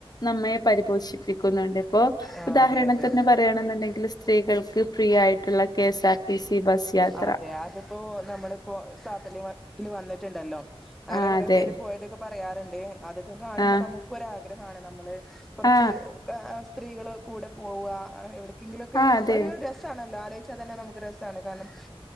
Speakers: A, on the left (about 40°); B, in the centre.
A: നമ്മയെ പരിപോഷിപ്പിക്കുന്നുണ്ട് ഇപ്പോ
B: ആ
A: ഉദാഹരണത്തിന്
B: അതെ അതെ
A: പറയാണെന്നുണ്ടെങ്കിൽ സ്ത്രീകൾക്ക് ഫ്രീയായിട്ടുള്ള K S R T C bus യാത്ര
B: അതെ അതിപ്പോ നമ്മളിപ്പോ സാഫല്യ <unintelligible> വന്നിട്ടുണ്ടല്ലോ അങ്ങനെ
A: ആ
B: കുറെ
A: അതെ
B: പേര് പോയതൊക്കെ പറയാറുണ്ട് അതൊക്കെ കാണുമ്പോ
A: ആ
B: നമുക്കൊരാഗ്രഹമാണ് നമ്മള് കുറച്ചികെ
A: ആ
B: സ്ത്രീകള് കൂടെ പോവ എവിടെ എന്തെങ്കിലൊക്കെ
A: ആ അതെ
B: ഒരു രസാണല്ലോ ആലോയിച്ചാൽ തന്നെ നമുക്ക് രസമാണ് കാരണം